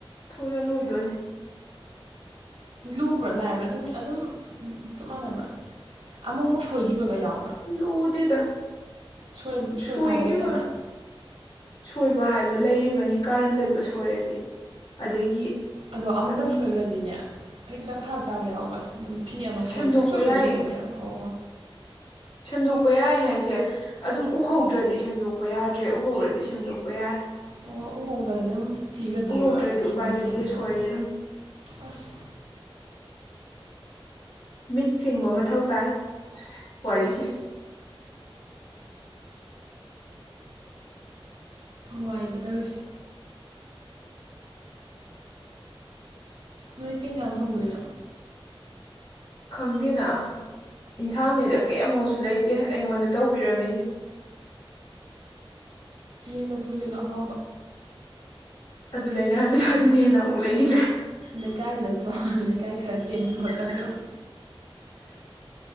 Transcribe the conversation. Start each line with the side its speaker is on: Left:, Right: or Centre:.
Left: ꯊꯨꯅ ꯂꯣꯏꯗꯣꯏꯅꯦ꯫
Right: ꯂꯨꯕ꯭ꯔꯥ ꯂꯥꯏꯕ꯭ꯔꯥ ꯑꯗꯨꯝ ꯑꯗꯨꯝ ꯆꯞ ꯃꯥꯟꯅꯕ꯭ꯔꯥ ꯑꯃꯨꯛ ꯑꯃꯨꯛ ꯁꯣꯏꯈꯤꯕꯒ ꯌꯥꯎꯕ꯭ꯔꯥ꯫
Left: ꯂꯨꯗꯦꯗ
Right: ꯁꯣꯏ ꯁꯣꯏꯕ
Left: ꯁꯨꯏꯒꯤꯕ
Right: ꯍꯥꯏꯕ ꯂꯩꯇꯕ꯭ꯔꯥ
Left: ꯁꯣꯏꯕ ꯍꯥꯏꯕ ꯂꯩꯔꯤꯕꯅꯤ ꯀꯥꯔꯟ ꯆꯠꯄ ꯁꯣꯏꯔꯗꯤ ꯑꯗꯒꯤ
Right: ꯑꯗꯣ ꯑꯃꯨꯛꯇꯪ
Left: ꯑꯗꯨꯝ
Right: ꯁꯣꯏꯈ꯭ꯔꯗꯤꯅꯦ ꯍꯦꯛꯇ ꯐꯔꯛ ꯇꯥꯕ ꯌꯥꯎꯕꯔꯁ ꯐꯤ ꯑꯃ
Left: ꯁꯦꯝꯗꯣꯛꯄ
Right: ꯁꯣꯏ ꯄꯨꯡꯁꯣꯏ ꯁꯣꯏꯈꯤꯕꯒ
Left: ꯌꯥꯏꯌꯦ
Right: ꯌꯥꯝ ꯑꯣ
Left: ꯁꯦꯝꯗꯣꯛꯄ ꯌꯥꯏ ꯍꯥꯏꯁꯦ ꯑꯗꯨꯝ ꯎꯍꯧꯗ꯭ꯔꯗꯤ ꯁꯦꯝꯗꯣꯛ ꯄꯌꯥꯗ꯭ꯔꯦ ꯎꯍꯧꯔꯗꯤ ꯁꯦꯝꯗꯣꯛꯄ ꯌꯥꯏ꯫
Right: ꯑꯣ ꯎꯕꯧꯗꯔꯗꯤ ꯑꯗꯨꯝ ꯊꯤꯒ꯭ꯔꯗꯣꯏꯅꯦꯕ
Left: ꯎꯍꯧꯗ꯭ꯔꯗꯤ
Right: ꯁꯣꯏꯈ꯭ꯔꯗꯣꯏꯅꯦꯕ
Left: ꯎꯄꯥꯏ ꯂꯩꯇꯦ ꯁꯣꯏꯔꯦ ꯑꯗꯨꯝ
Right: ꯑꯁ꯫
Left: ꯃꯤꯠ ꯁꯤꯡꯕ ꯃꯊꯧ ꯇꯥꯏ ꯋꯥꯔꯤꯁꯦ꯫
Right: ꯋꯥꯏꯗ ꯇꯧꯔꯤꯁꯦ꯫ ꯅꯣꯏ ꯀꯩ ꯏꯟꯁꯥꯡ ꯊꯣꯡꯗꯣꯏꯅꯣ꯫
Left: ꯈꯪꯗꯦꯅ ꯌꯦꯟꯁꯥꯡꯅꯤꯗ ꯀꯔꯤꯃꯧꯁꯨ ꯂꯩꯇꯦ ꯑꯩꯉꯣꯟꯗ ꯇꯧꯕꯤꯔꯝꯃꯤꯁꯤ꯫
Right: ꯌꯦꯟꯇꯣꯛ ꯊꯣꯡꯖꯤꯟꯂꯨ ꯑꯍꯥꯎꯕ꯫
Left: ꯑꯗꯨ ꯂꯩꯅꯤꯉꯥꯏ ꯄꯩꯁꯥꯗꯨꯅ ꯍꯦꯟꯅ ꯑꯃꯨꯛ ꯂꯩꯈꯤꯗ꯭ꯔꯦ꯫
Right: ꯂꯩꯀꯥꯏꯗ ꯂꯩꯇ꯭ꯔꯣ ꯂꯩꯀꯥꯏ ꯈꯔ ꯆꯦꯟꯕ ꯈꯣꯠꯇꯛꯇ꯭ꯔꯣ